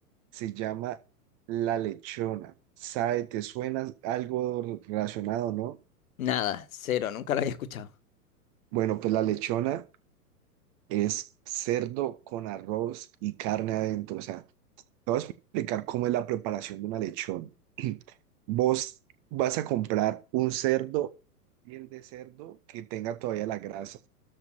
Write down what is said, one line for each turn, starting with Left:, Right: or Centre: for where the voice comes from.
Right: Se llama la lechona. ¿Sabe? ¿Te suena algo relacionado, no?
Left: Nada, cero, nunca lo había escuchado.
Right: Bueno, pues la lechona es cerdo con arroz y carne adentro. O sea, te voy a explicar cómo es la preparación de una lechona. <clears throat> Vos vas a comprar un cerdo, piel de cerdo que tenga todavía la grasa.